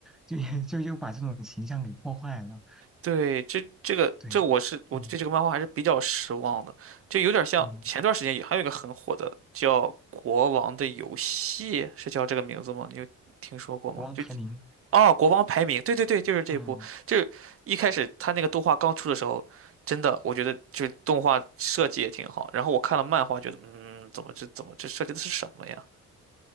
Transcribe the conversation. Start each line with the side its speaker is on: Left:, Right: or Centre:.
Centre: 就 <laughs> 就又把这种形象给破坏了。
Right: 对，这这个这我是我对这个漫画还是比较失望的，
Centre: 对，嗯
Right: 就有点像前段时间也还有一个很火的叫《国王的游戏》，
Centre: 嗯，
Right: 是叫这个名字吗？你有听说过吗？
Centre: 国王排名，
Right: 就哦，《国王排名》，对对对，就是这部，
Centre: 嗯。
Right: 就是一开始他那个动画刚出的时候，真的我觉得就是动画设计也挺好，然后我看了漫画，觉得嗯，怎么这怎么这设计的是什么呀？